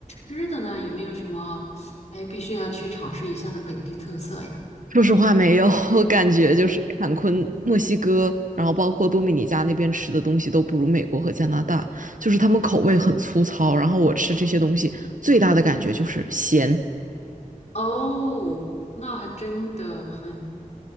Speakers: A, on the left (about 50°); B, on the right (about 65°).
A: 吃的呢，有没有什么哎必须要去尝试一下的本地特色呀？
B: 说实话，没有，<laughs> 我感觉就是坎昆、墨西哥，然后包括多米尼加那边吃的东西都不如美国和加拿大，就是他们口味很粗糙。然后我吃这些东西最大的感觉就是咸。
A: 哦，那还真的很，